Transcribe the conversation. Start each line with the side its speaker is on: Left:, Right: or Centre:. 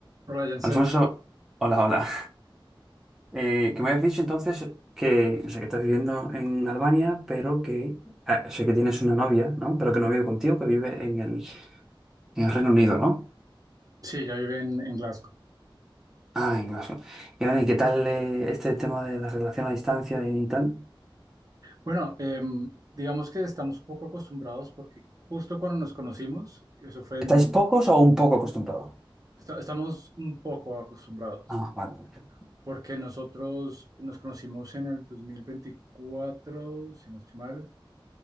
Right: Hola Jensen,
Centre: Alfonso, hola, hola. Eh, que me habías dicho entonces que, o sea, que estás viviendo en Albania, pero que, ah, o sea, que tienes una novia, ¿no? Pero que no vive contigo, que vive en el, en el Reino Unido, ¿no?
Right: sí, ella vive en, en Glasgow.
Centre: Ah, en Glasgow. Y bueno, ¿y qué tal eh, este tema de la relación a distancia y tal?
Right: Bueno, em, digamos que estamos un poco acostumbrados porque justo cuando nos conocimos, eso fue en,
Centre: ¿Estáis pocos o un poco acostumbrados?
Right: esta- estamos un poco acostumbrados
Centre: Ah, vale. vale.
Right: porque nosotros nos conocimos en el 2024, si no estoy mal,